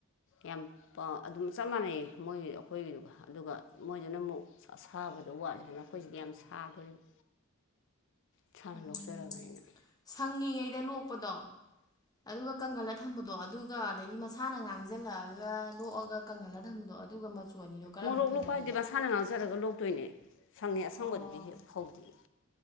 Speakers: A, on the left; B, on the left.
A: ꯌꯥꯝ ꯥꯄ ꯑꯗꯨꯝ ꯆꯞ ꯃꯥꯟꯅꯩꯌꯦ ꯃꯣꯏꯒꯤ ꯑꯩꯈꯣꯏꯒꯤꯗꯨꯒ ꯑꯗꯨꯒ ꯃꯣꯏꯗꯨꯅ ꯑꯃꯨꯛ ꯑꯁꯥꯕꯗꯣ ꯋꯥꯠꯂꯤꯗꯅ ꯑꯩꯈꯣꯏꯁꯤꯗꯤ ꯌꯥꯝ ꯁꯥꯗꯣꯔꯤꯕ ꯢꯁꯥꯅ
B: ꯎꯝ
A: ꯂꯧꯆꯔꯕꯅꯤꯅ
B: ꯁꯪꯉꯤꯉꯩꯗ ꯂꯣꯛꯄꯗꯣ ꯑꯗꯨꯒ ꯀꯪꯒꯜꯂ ꯊꯝꯕꯗꯣ ꯑꯗꯨꯒ ꯑꯗꯒꯤ ꯃꯁꯥꯅ ꯉꯥꯡꯖꯜꯂꯛꯑꯒ ꯂꯣꯛꯑꯒ ꯀꯪꯍꯜꯂꯒ ꯊꯝꯕꯗꯣ ꯑꯗꯨꯒ ꯃꯆꯨ ꯑꯅꯤꯗꯣ ꯀꯔꯝꯕꯅ
A: ꯃꯣꯔꯣꯛ
B: ꯐꯖꯗꯣꯏꯕ
A: ꯂꯣꯛꯄ ꯍꯥꯏꯗꯤ ꯃꯁꯥꯅ ꯉꯥꯡꯖꯔꯒ ꯂꯣꯛꯇꯣꯏꯅꯦ ꯁꯪꯉꯦ ꯑꯁꯪꯕꯗꯨꯗꯤ
B: ꯑꯣ
A: ꯐꯧꯗꯦꯌꯦ